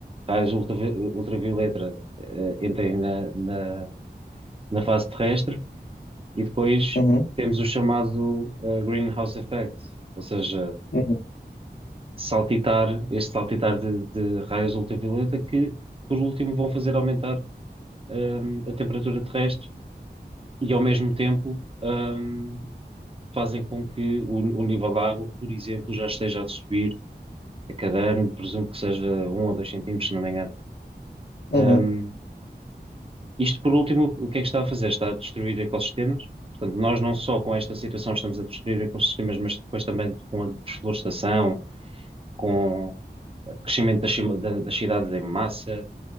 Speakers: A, on the right (about 30°); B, on the left (about 70°).
A: raios ultravi- ultravioleta, eh, entrem na na- na fase terrestre E depois
B: Uhum.
A: temos o chamado eh, greenhouse effect, ou seja,
B: Uhum.
A: saltitar, este saltitar de, de raios ultravioleta que, por último, vão fazer aumentar hum, a temperatura terrestre e, ao mesmo tempo, hum, fazem com que o, o nível da água, por exemplo, já esteja a subir a cada ano, presumo que seja um ou dois centímetros, se não me engano.
B: Uhum.
A: Hum, Isto por último, o que é que está a fazer? Está a destruir ecossistemas. Portanto, nós não só com esta situação estamos a destruir ecossistemas, mas depois também com a desflorestação, com o crescimento das, cima- da- das cidades em massa,